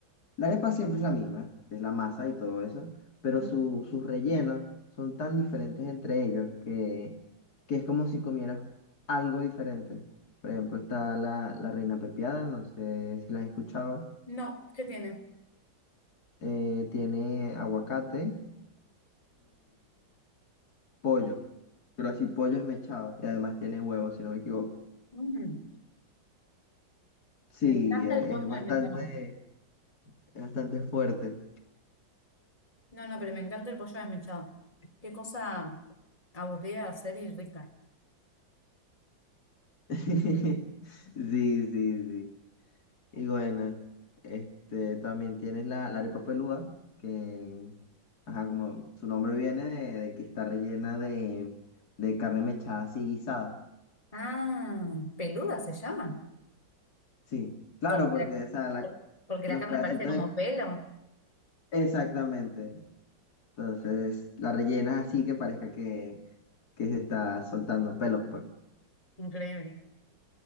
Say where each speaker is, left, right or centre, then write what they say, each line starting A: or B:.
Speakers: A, on the left; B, on the left.
A: La arepa siempre es la misma, que es la masa y todo eso, pero
B: Mm.
A: su- sus rellenos son tan diferentes entre ellos que, que es como si comieras algo diferente. Por ejemplo, está la, la reina pepiada, no sé si la has escuchado.
B: No, ¿qué tiene?
A: eh, tiene aguacate Pollo, pero así pollo esmechado y además tiene huevo, si no me equivoco.
B: Mm,
A: Sí,
B: me encanta
A: e-
B: el pollo
A: es bastante,
B: desmechado.
A: es bastante fuerte.
B: No, no, pero me encanta el pollo desmechado. Qué cosa aburrida de hacer y rica.
A: <laughs> Sí, sí, sí. Y bueno, este también tienes la, la arepa pelúa, que ajá, como su nombre viene de, de que está rellena de, de carne mechada así guisada.
B: Ah, peluda se llama.
A: Sí, claro,
B: Porque,
A: porque o sea, la-
B: porque
A: los
B: la carne
A: pedacitos
B: parece como
A: de-
B: pelo.
A: Exactamente, Entonces la rellenas así que parezca que, que se está soltando pelos, pues.
B: Increíble.